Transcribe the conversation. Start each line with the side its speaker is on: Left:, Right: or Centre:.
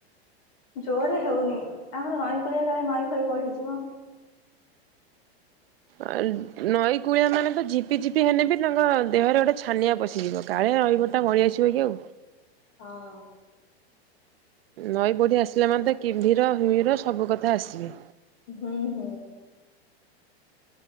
Left: ଜୋରେ ହଉନି ଆମର ନଈ କୂଳିଆ କାଳେ ନଈ ଫଇ ବଢିଯିବ।
Right: ଆ ନଈ କୂଳିଆ ମାନେ ତ ଝିପି ଝିପି ହେଲେ ବି ତାଙ୍କ ଦେହରେ ଗୋଟେ ଛାନିଆ ପଶିଯିବ। କାଳେ ନଈକୂଳଟା ବଳେଇ ଆସିବ କି ଆଉ।
Left: ହଁ।
Right: ନଈ ବଢ଼ି ଆସିଲେ ମାନେ ତ କିମ୍ଭୀର ହିମିର ସବୁ କଥା ଆସିବେ।
Left: ହୁଁ ହୁଁ।